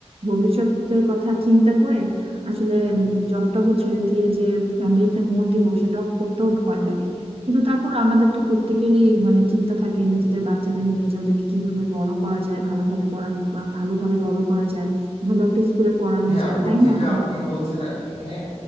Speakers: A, on the right (about 60°); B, on the left (about 85°).
A: ভবিষ্যতের কথা চিন্তা করে আসলে জবটাও ছেড়ে দিয়ে যে ফ্যামিলিতে মন দিব সেটাও করতেও ভয় লাগে কিন্তু তারপর আমাদের তো প্রত্যেকেরই মানে চিন্তা থাকে নিজেদের বাচ্চাদের নিয়ে যে ওদেরকে কিভাবে বড় করা যায় ভালোভাবে পড়া বা ভালোভাবে বড় করা যায় ভালো একটা স্কুলে পড়ানো
B: হ্যাঁ
A: যায়
B: আপু
A: তাই
B: যেটা
A: না ভাই
B: আপনি বলছেন আর কি হ্যাঁ